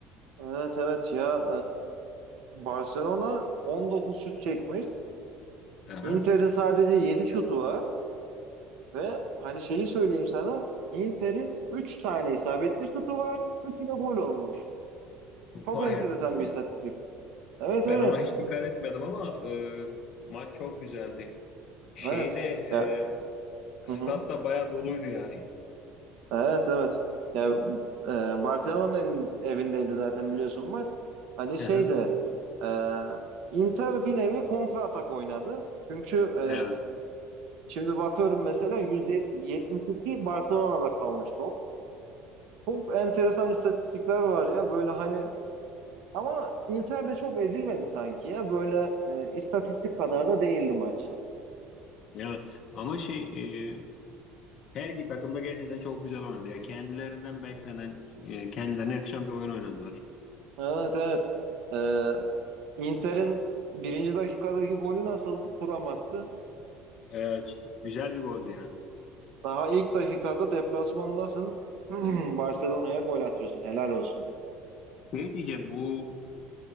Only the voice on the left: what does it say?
Aha.
Vay
anasını
ya.
Ben ona hiç dikkat etmedim ama e, maç çok güzeldi. Şeyde
e,
stat
da bayağı doluydu yani.
Aha.
Evet.
Evet. Ama şey e, her iki takım da gerçekten çok güzel oynadı. Ya kendilerinden beklenen e, kendilerine yakışan bir oyun oynadılar.
Evet. Güzel bir goldü ya.
Ne diyeceğim bu